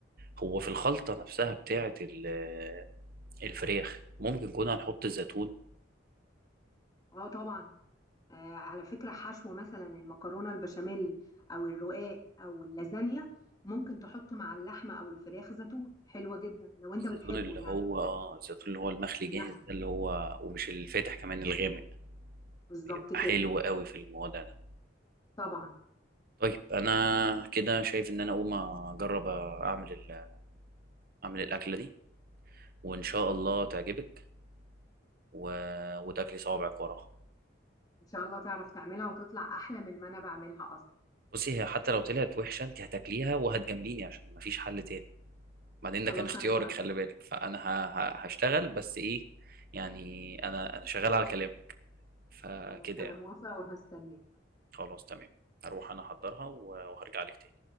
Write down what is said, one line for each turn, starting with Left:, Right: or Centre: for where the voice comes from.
Right: هو في الخلطة نفسها بتاعة ال- آه، الفراخ ممكن كنا هنحط الزيتون
Left: اه طبعا آه على فكرة حشو مثلا المكرونة البشاميل او الرقاق او اللازانيا ممكن تحط مع اللحمة او الفراخ زيتون حلوة جدا لو انت
Right: الزيتون
Left: بتحبه
Right: اللي
Left: يعني
Right: هو اه الزيتون اللي هو المخلي
Left: المخ
Right: جاهز ده اللي هو ومش الفاتح كمان الغامق
Left: بالظبط
Right: بيبقى
Left: كده
Right: حلو قوي في الموضوع ده
Left: طبعا
Right: طيب انا كده شايف ان انا اقوم اجرب اعمل ال- اعمل الاكله دي وان شاء الله تعجبك و... وتاكلي صوابعك وراها
Left: ان شاء الله تعرف تعملها وتطلع احلى من ما انا بعملها اصلا
Right: بصي هي حتى لو طلعت وحشه انت هتاكليها وهتجامليني عشان مفيش حل تاني بعدين
Left: خلاص
Right: ده كان اختيارك
Left: انا موافقة
Right: خلي بالك فانا ه... ه... هشتغل بس ايه يعني انا انا شغال على كلام فكده
Left: خلاص انا
Right: يعني
Left: موافقة وهستناك
Right: خلاص تمام هروح انا احضرها و- وهرجع لك تاني